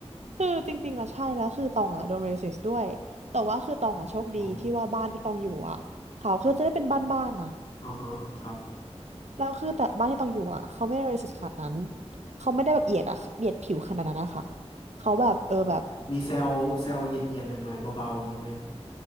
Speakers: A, on the right; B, on the left.
A: คือจริงๆแล้วใช่แล้วคือตองอ่ะโดนเรสิสด้วยแต่ว่าคือตองอ่ะโชคดีที่ว่าบ้านที่ตองอยู่อ่ะเขาคือจะได้เป็นบ้านบ้านนะ
B: อ๋ออ๋อฮะครับ
A: แล้วคือแต่บ้านที่ตองอยู่อ่ะเขาไม่ได้เรสิสขนาดนั้นเขาไม่ได้แบบเหยียดอ่ะเหยียดผิวขนาดนั้นนะคะเขาแบบเออแบบ
B: มีเซลเซลเย็นๆหน่อยๆเบาๆอย่างนี้ไหม